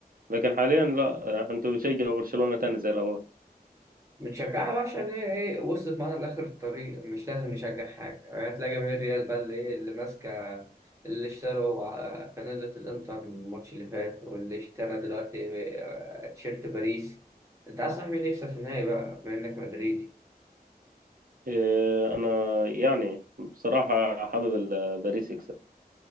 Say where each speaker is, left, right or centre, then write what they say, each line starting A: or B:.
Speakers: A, on the right; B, on the right.
A: لكن حاليا لا انتوا بتشجعوا برشلونة تاني زي الأول
B: بنشجعها بقى عشان هي إيه وصلت معانا لآخر الطريق مش لازم نشجع حاجة يعني تلاقي جماهير ريال بقى اللي إيه اللي ماسكة اللي اشتروا آه، فانيلة الإنتر من الماتش اللي فات واللي اشترى دلوقتي آه، تيشيرت باريس أنت عايز صاحبي مين يكسب في النهائي بقى بما إنك مدريدي
A: إيه، أنا يعني بصراحة حابب ال- باريس يكسب